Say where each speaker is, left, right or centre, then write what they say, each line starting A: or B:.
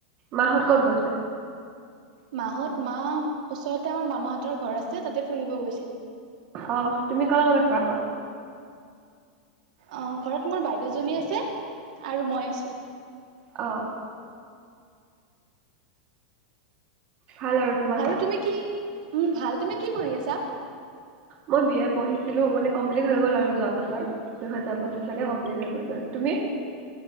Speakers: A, on the right; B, on the right.
A: মাহ'ত ক'ত গৈছে?
B: মাহ'ত মা ওচৰতে আমাৰ মামাহঁতৰ ঘৰ আছে তাতে ফুৰিব গৈছে।
A: অ' তুমি কাৰ লগত আছা আকৌ'।
B: অ ঘৰত মোৰ বাইদেউজনী আছে আৰু মই আছোঁ।
A: অঁ। ভাল আৰু তোমাৰ?
B: আৰু তুমি কি উম' ভাল তুমি কি পঢ়ি আছা?
A: মই বি এ পঢ়িছিলো মানে কমপ্লিট হৈ গ'ল আৰু যোৱা বছৰ দুহেজাৰ পঁচিশতে কমপ্লিট হৈ গ'ল। বাৰু তুমি